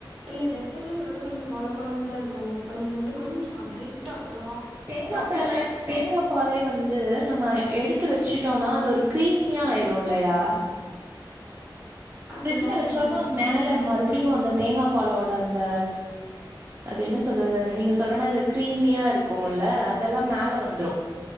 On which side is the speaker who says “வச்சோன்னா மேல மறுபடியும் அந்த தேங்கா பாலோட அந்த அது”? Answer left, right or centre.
Right